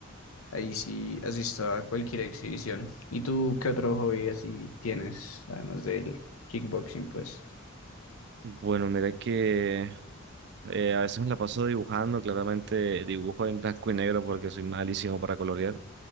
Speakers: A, on the left; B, on the right.
A: ahí sí asisto a cualquier exhibición. ¿Y tú qué otro hobby así tienes, además del kickboxing, pues?
B: Bueno, mira que eh, a veces me la paso dibujando, claramente dibujo en blanco y negro porque soy malísimo para colorear.